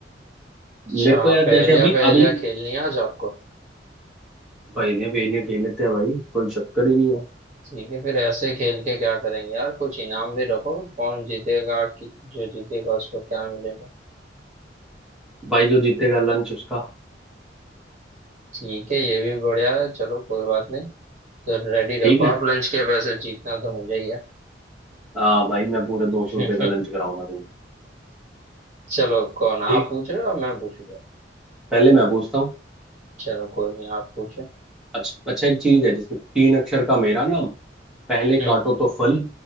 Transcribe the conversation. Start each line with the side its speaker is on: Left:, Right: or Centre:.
Right: अच्छा
Centre: मेरे को यार
Right: पहेलियाँ
Centre: जैसे अभी
Right: पहेलियाँ
Centre: अभी
Right: खेलनी है आज आपको
Centre: पहले पहले खेल लेते हैं भाई कोई चक्कर ही नहीं है
Right: ठीक है फिर ऐसे खेल के क्या करेंगे यार कुछ इनाम भी रखो कौन जीतेगा कि जो जीतेगा उसको क्या मिलेगा
Centre: भाई जो जीतेगा लंच उसका
Right: ठीक है ये भी बढ़िया है चलो कोई बात नहीं तो रेडी
Centre: ठीक
Right: रखो
Centre: है
Right: आप लंच के पैसे जीतना तो मुझे ही है
Centre: हाँ भाई मैं पूरे दो
Right: <laughs>
Centre: सौ रुपये का लंच कराऊंगा तुम्हें
Right: चलो कौन
Centre: ठीक
Right: आप पूछ रहे हो या मैं पूछूंगा
Centre: पहले मैं पूछता हूँ
Right: चलो कोई नहीं आप पूछे
Centre: अच्छा अच्छा एक चीज है जिसमें तीन अक्षर का मेरा नाम पहले
Right: हम्म
Centre: काटो तो फल